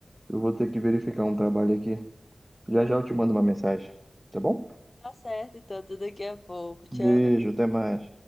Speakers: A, on the right; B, on the left.
A: Eu vou ter que verificar um trabalho aqui. Já já eu te mando uma mensagem, tá bom?
B: Tá certo, então, até daqui a pouco. Tchau.
A: Beijo, até mais.